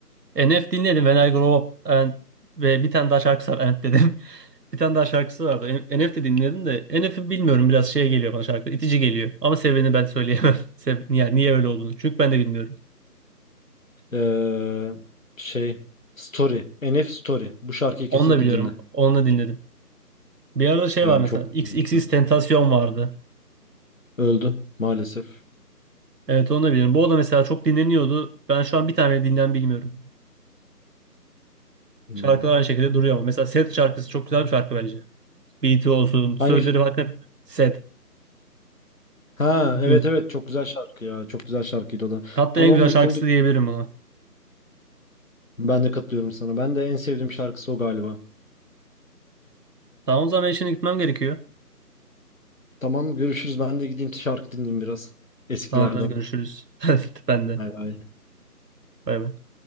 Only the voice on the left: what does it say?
Ee, şey Story. NF Story. Bu şarkıyı
kesinlikle
dinle.
Yani
çok güzel
bir şarkı.
Öldü maalesef.
Hmm.
Hangi
Ha
evet evet çok güzel şarkı ya. Çok güzel şarkıydı o da.
Ama
unutuldu.
Ben de katılıyorum sana. Ben de en sevdiğim şarkısı o galiba.
Tamam görüşürüz. Ben de gideyim şarkı dinleyeyim biraz. Eskilerden.
Bay bay.